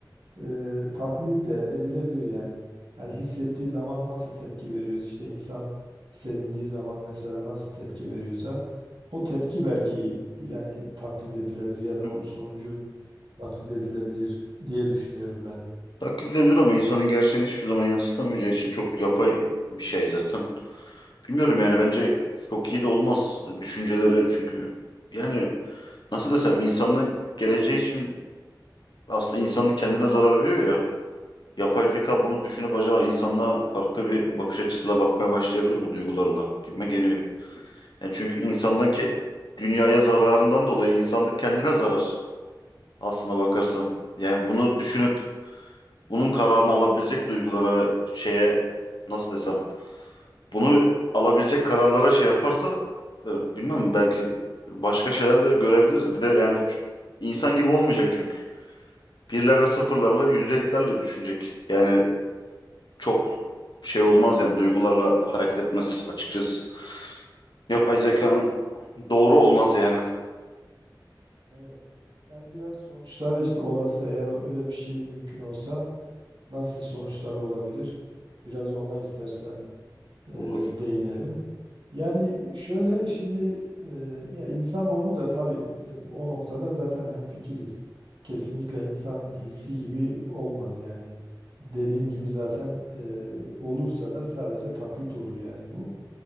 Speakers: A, on the right; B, on the left.
A: e, taklit de edilebilir yani. Hani hissettiği zaman nasıl tepki veriyoruz? İşte insan sevindiği zaman mesela nasıl tepki veriyorsa o tepki belki yani taklit edilebilir ya da
B: Hı.
A: onun sonucu taklit edilebilir diye düşünüyorum ben.
B: Taklit edilebilir ama insanın gerçeğini hiçbir zaman yansıtamayacağı için çok yapay bir şey zaten. Bilmiyorum yani bence çok iyi de olmaz düşünceleri çünkü yani nasıl desem insanlığın geleceği için aslında insanlık kendine zarar veriyor ya. Yapay zeka bunu düşünüp acaba insanlığa farklı bir bakış açısıyla bakmaya başlayabilir bu duygularla gibime geliyor. Yani çünkü insandan
A: Evet.
B: ke- dünyaya zararından dolayı insanlık kendine zarar aslına bakarsan. Yani bunu düşünüp bunun kararını alabilecek duygulara ve şeye nasıl desem bunu alabilecek kararlara şey yaparsa e, bilmem belki başka şeyler de görebiliriz. Bir de yani ç- insan gibi olmayacak çünkü. Birler ve sıfırlarla
A: Umarım.
B: yüzdeliklerle düşünecek. Yani çok şey olmaz yani duygularla hareket etmez açıkçası. Yapay zekanın
A: Evet.
B: doğru olmaz yani.
A: Evet. Yani biraz sonuçlar işte olası eğer öyle bir şey mümkün olsa nasıl sonuçlar olabilir? Biraz ona istersen e,
B: Olur.
A: değinelim. Yani şöyle şimdi e, ya insanoğlu da tabii e, o noktada zaten hemfikiriz. Kesinlikle insan hissi gibi olmaz yani. Dediğim gibi zaten e, olursa da sadece taklit olur yani bu.